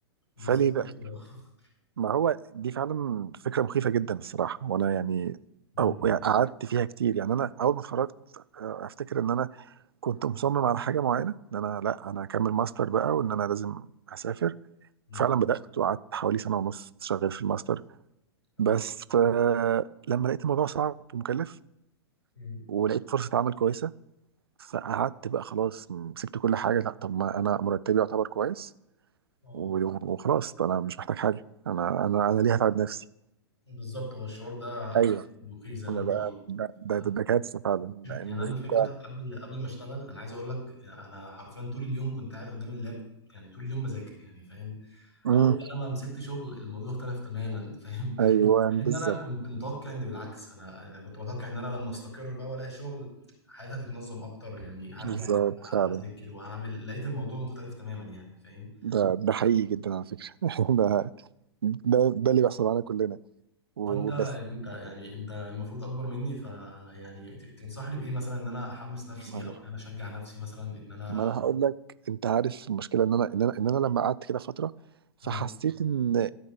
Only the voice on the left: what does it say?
بالظبط
كده <laughs>
مم.
مم.
حلو.
مم.
اه
بالظبط هو الشعور ده
يعني مخيف زي
ما انت
قلت
آه،
يعني انا
الفكره قبل قبل ما اشتغل انا عايز اقول لك انا حرفيا طول اليوم كنت قاعد قدام اللاب يعني طول اليوم بذاكر يعني فاهم
اول بقى ما مسكت شغل الموضوع اختلف تماما <laughs> فاهم
مع ان
انا كنت متوقع ان بالعكس انا انا كنت متوقع ان انا لما استقر بقى والاقي شغل حياتي هتتنظم اكتر يعني هرجع
هذاكر وهعمل لقيت الموضوع مختلف تماما يعني فاهم
فانت
انت يعني انت المفروض اكبر مني فيعني ت- تنصحني بايه مثلا ان انا احمس نفسي
او ان انا اشجع نفسي مثلا ان انا
مم.